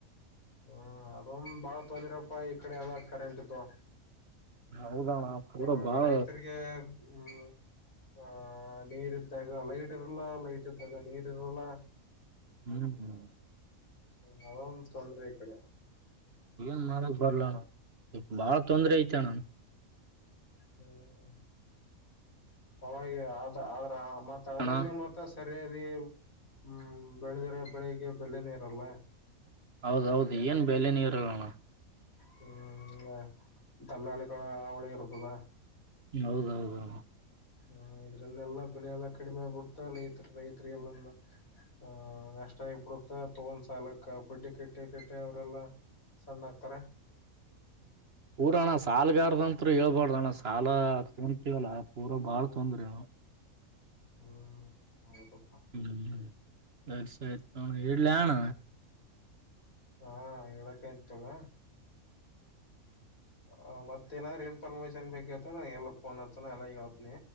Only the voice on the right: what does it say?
ಹೌದಣ ಪೂರಾ
ಬಾಳ
ಹ್ಮ್ ಹ್ಮ
ನ್ ಮಾಡಕ್ ಬರ್ಲಣ ಈ ಬಾಳ ತೊಂದ್ರೆ ಐತಣನ್
ಅಣ
ಹೌದೌದು ಅದು ಏನ್ ಬೆಲೆ ನೀರುಗಳಣ
ಹೌದೌದೌದು
ಪೂರಣ್ಣ ಸಾಲ್ಗಾರ್ದಂರು ಹೇಳ್ಬಾರಡ್ದ ಅಣ್ಣ ಸಾಲ ತೊತವಲ್ಲ ಪೂರ ಬಾಳ್ ತೊಂದ್ರೆ
ಹ್ಮ್ಲಸ ವಡಲ್ಲಣ